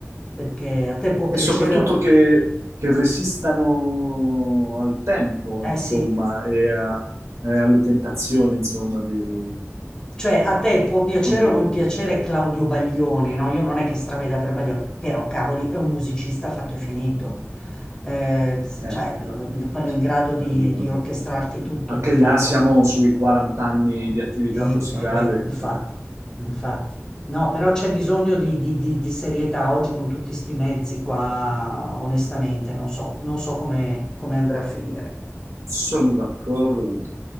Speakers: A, on the left; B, on the right.
A: perché a te può
B: E
A: piacere,
B: soprattutto che, che resistano al tempo,
A: eh
B: insomma,
A: sì,
B: e, a- e alle tentazioni, insomma, di...
A: Cioè, a te può piacere
B: Come dire...
A: o non piacere Claudio Baglioni, no? Io non è che straveda per Baglioni, però cavoli, è un musicista fatto e finito. Eh, s-
B: Eh,
A: cioè,
B: beh,
A: lo-
B: vabbè,
A: lo- quello
B: cioè,
A: è in grado di,
B: Baglioni.
A: di orchestrarti tutto,
B: Anche
A: hai capito?
B: là siamo sui 40 anni di attività
A: E,
B: musicale.
A: eh, beh, infatti,
B: Baglioni.
A: infatti. No, però c'è bisogno di, di- di- di serietà oggi con tutti sti mezzi qua, onestamente, non so, non so come come andrà a finire.
B: Sono d'accordo con te.